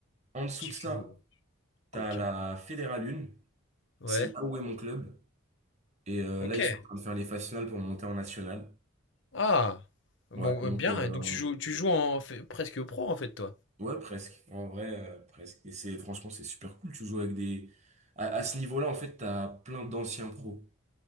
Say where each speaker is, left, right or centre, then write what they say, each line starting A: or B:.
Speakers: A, on the right (about 35°); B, on the left (about 60°).
A: En dessous
B: Petit
A: de ça,
B: filou, hein.
A: t'as
B: coquin.
A: la Fédérale 1.
B: Ouais,
A: C'est là où est mon club. Et euh,
B: ok.
A: là, ils sont en train de faire les phases finales pour monter en national.
B: Ah! Bon,
A: Ouais, donc
B: euh, bien.
A: euh,
B: Donc
A: on-
B: tu joues, tu joues en fait- presque pro en fait, toi.
A: ouais, presque. En vrai, euh, presque. Et c'est franchement, c'est super cool. Tu joues avec des. À, à ce niveau-là, en fait, t'as plein d'anciens pros.